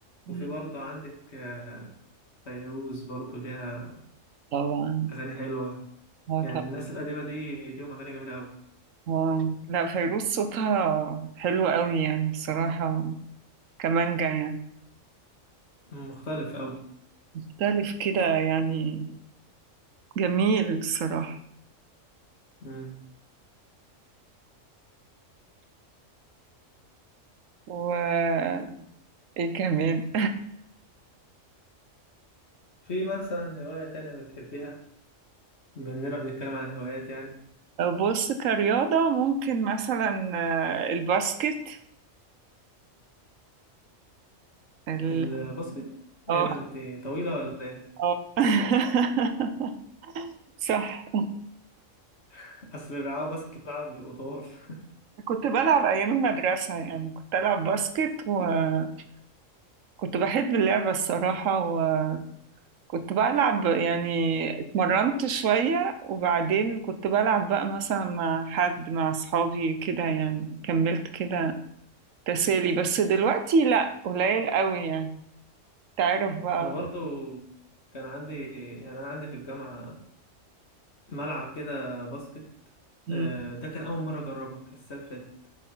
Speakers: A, on the right; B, on the left.
A: مم.
B: وفي برضو عندك آه، فيروز برضو ليها
A: طبعا
B: أغاني حلوة
A: هو
B: يعني
A: طبعا
B: الناس القديمة دي ليهم أغاني جميلة أوي
A: واو لا فيروز صوتها حلو قوي يعني بصراحة كمانجا يعني
B: مم، مختلف أوي
A: مختلف كده يعني جميل الصراحة
B: مم.
A: و ايه كمان
B: في مثلا هواية تانية بتحبيها بما إننا بنتكلم عن الهوايات يعني
A: <laughs> بص كرياضة ممكن مثلا آه، الباسكت ال...
B: الباسكت ايه
A: اه
B: ده انت طويلة ولا ايه؟
A: آه. <laughs> صح
B: <laughs> أصل اللي بيلعبوا باسكت لعب بيبقوا طوال <laughs>
A: كنت بلعب أيام المدرسة يعني كنت ألعب باسكت وكنت بحب اللعبة الصراحة وكنت بلعب يعني اتمرنت شوية وبعدين كنت بلعب بقى مثلا مع حد مع أصحابي كده يعني كملت كده تسالي بس دلوقتي لأ قليل قوي يعني تعرف بقى
B: أنا برضو كان عندي يعني أنا عندي في الجامعة ملعب كده باسكت
A: م-
B: آه، ده كان أول مرة أجربها كانت السنة اللي فاتت